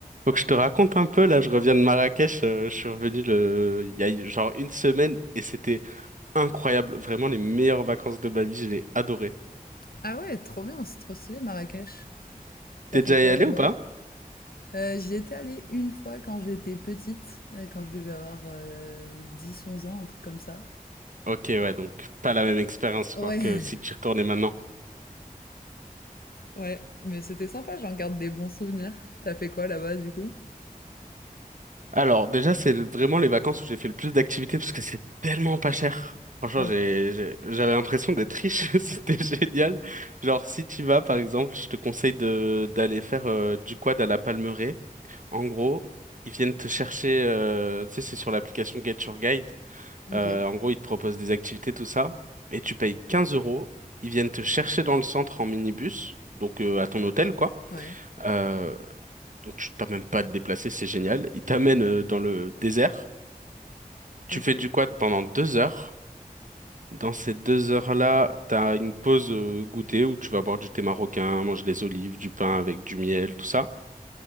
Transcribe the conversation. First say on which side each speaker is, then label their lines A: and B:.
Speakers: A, on the right; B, on the left.
A: Faut que je te raconte un peu, là, je reviens de Marrakech, euh, je suis revenu le... il y a genre une semaine et c'était incroyable, vraiment les meilleures vacances de ma vie, je l'ai adoré.
B: Ah ouais, trop bien, c'est trop stylé Marrakech. T'as
A: T'es
B: fait
A: déjà
B: quoi
A: y allé
B: là-bas?
A: ou pas?
B: Euh, j'y étais allée une fois quand j'étais petite, euh, quand je devais avoir euh, 10-11 ans, un truc comme ça.
A: Ok, ouais, donc pas la même expérience
B: Ouais,
A: quoi, que
B: <laughs>
A: si tu y retournais maintenant.
B: ouais, mais c'était sympa, j'en garde des bons souvenirs. T'as fait quoi là-bas du coup?
A: Alors déjà, c'est le- vraiment les vacances où j'ai fait le plus d'activités parce que c'est tellement pas cher. Franchement,
B: Ouais,
A: j'ai, j'ai- j'avais l'impression d'être riche, <laughs> c'était génial. Genre, si tu vas, par exemple, je te conseille de d'aller faire euh, du quad à la Palmeraie. En gros, ils viennent te chercher, euh, tu sais, c'est sur l'application Get Your Guide.
B: Ok,
A: Euh, en gros, ils te proposent des activités, tout ça, et tu payes 15 euros. Ils viennent te chercher dans le centre en minibus, donc euh, à ton hôtel, quoi.
B: ouais,
A: Euh, donc tu t'as même pas à te déplacer, c'est génial. Ils t'amènent euh, dans le désert. Tu
B: ok,
A: fais du quad pendant deux heures. Dans ces deux heures-là, t'as une pause euh, goûter où tu vas boire du thé marocain, manger des olives, du pain avec du miel, tout ça.